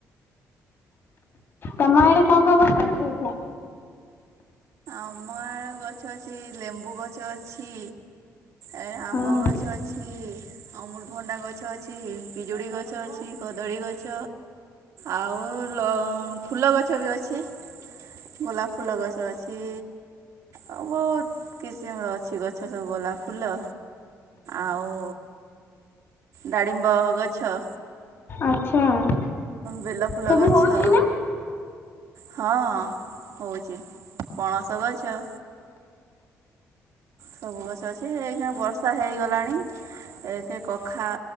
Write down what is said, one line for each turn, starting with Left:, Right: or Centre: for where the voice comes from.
Left: ତମ ଆଡେ କଣ କଣ ଗଛ ଲଗେଇଛ?
Right: ଅମଳ ଗଛ ଅଛି ଲେମ୍ବୁ ଗଛ ଅଛି ଅ ଏ ଆମ୍ବ
Left: ହଁ
Right: ଗଛ ଅଛି ଅମୁଲଭଣ୍ଡା ଗଛ ଅଛି ପିଜୁଳି ଗଛ ଅଛି କଦଳୀ ଗଛ ଆଉ ଫୁଲ ଗଛ ବି ଅଛି। ଗୋଲାପ ଫୁଲ ଗଛ ଅଛି। ଆ ବହୁତ କିସିମର ଅଛି ଗଛ ସବ ଗୋଲାପ ଫୁଲ ଆଉ ଡାଳିମ୍ବ ଗଛ।
Left: ଆଚ୍ଛା।
Right: ବେଲ ଫୁଲ
Left: ସବୁ
Right: ଗଛ।
Left: ହଉଛି ନା
Right: ହଁ ହଉଛି ପଣସ ଗଛ। ସବୁ ଗଛ ଅଛି, ଏଇକ୍ଷିଣା ବର୍ଷା ହେଇଗଲାଣି, ଏଠି କଖା